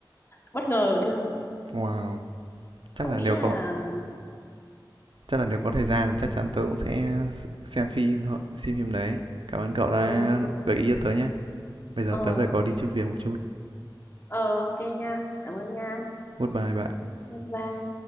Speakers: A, on the left; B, on the right.
A: bất ngờ chưa
B: Wow. Chắc
A: không
B: là
A: nghĩ
B: nếu
A: là
B: có chắc là nếu có thời gian thì chắc chắn tớ cũng sẽ xem phim thôi, xem phim đấy. Cảm ơn cậu đã
A: ờ
B: gợi ý cho tớ nhé. Bây giờ
A: ờ
B: tớ phải có đi chút việc một chút.
A: ờ ok nha cảm ơn nha
B: Goodbye bạn.
A: bye bye